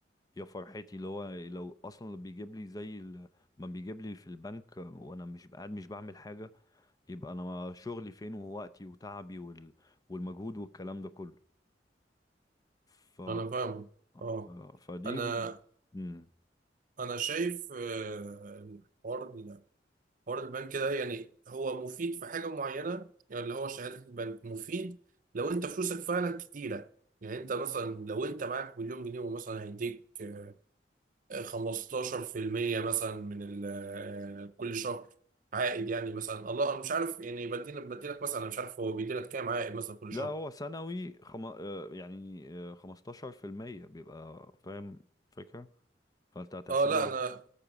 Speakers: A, on the left; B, on the right.
A: يا فرحتي اللي هو لو اصلا بيجيب لي زي ال- ما بيجيب لي في البنك وانا مش قاعد مش بعمل حاجه يبقى انا ما- شغلي فين ووقتي وتعبي وال... والمجهود والكلام ده كله ف,
B: انا فاهم اه
A: ف... فدي
B: انا
A: ال... مم.
B: انا شايف آه، الحوار حوار البنك ده يعني هو مفيد في حاجة معينة يعني اللي هو شهادة البنك مفيد لو انت فلوسك فعلا كتيرة يعني انت مثلا لو انت معاك مليون جنيه ومثلا هيديك آه، آه، 15% مثلا من ال- آه، كل شهر عائد يعني مثلا الله انا مش عارف يعني بديلك بديلك مثلا انا مش عارف هو بيديلك كام عائد مثلا كل
A: لا
B: شهر
A: هو سنوي خم... آه، يعني آه، 15% بيبقى فاهم فكره فانت هتحسبها
B: اه لا انا